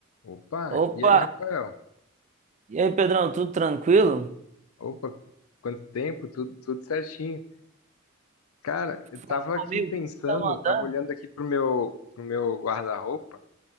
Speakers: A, on the left (about 90°); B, on the right (about 35°).
A: Opa,
B: Opa!
A: e aí, Rafael?
B: E aí, Pedrão, tudo tranquilo?
A: Opa, quanto tempo, tudo, tudo certinho. Cara, eu
B: Fala
A: tava
B: comigo,
A: aqui pensando,
B: o que que você tá mandando?
A: tava olhando aqui pro meu, pro meu guarda-roupa